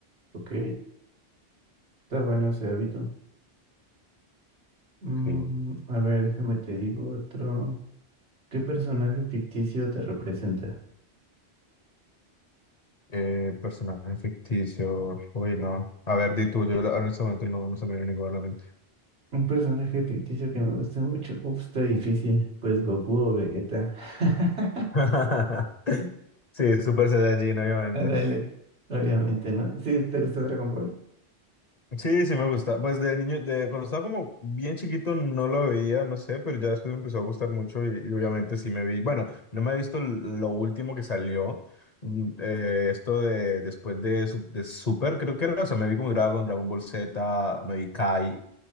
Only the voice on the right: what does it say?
Ok, está bueno ese hábito. Mm,
a ver, déjame te digo otro. ¿Qué personaje ficticio te representa?
Un personaje ficticio que me gusta mucho. Uf, está difícil. Pues Goku o Vegeta. <laughs>
Ándale. Obviamente, ¿no? Sí, ¿te gusta Dragon Ball?